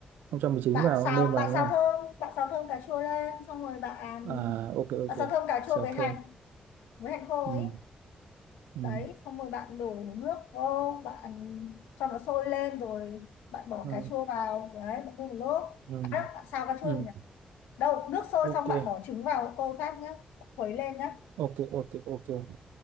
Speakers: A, on the right (about 80°); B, on the left (about 80°).
A: không cho mì chính
B: Bạn
A: vào
B: xào,
A: nêm
B: bạn
A: vào đúng
B: xào
A: không
B: thơm, bạn xào thơm cà chua lên, xong rồi bạn
A: à ok
B: bạn
A: ok
B: xào thơm cà chua
A: xào
B: với hành,
A: thơm
B: với hành khô
A: ừ,
B: ấy.
A: ừ,
B: Đấy, xong rồi bạn đổ nước vô, bạn cho nó sôi lên rồi bạn bỏ
A: ừ,
B: cà chua vào, đấy, bạn đun một lúc.
A: ừ,
B: À, bạn xào cà chua
A: ừ.
B: rồi đâu nước sôi
A: ok
B: xong bạn bỏ trứng vào tô sát nhá khuấy lên nhá
A: ok ok ok ok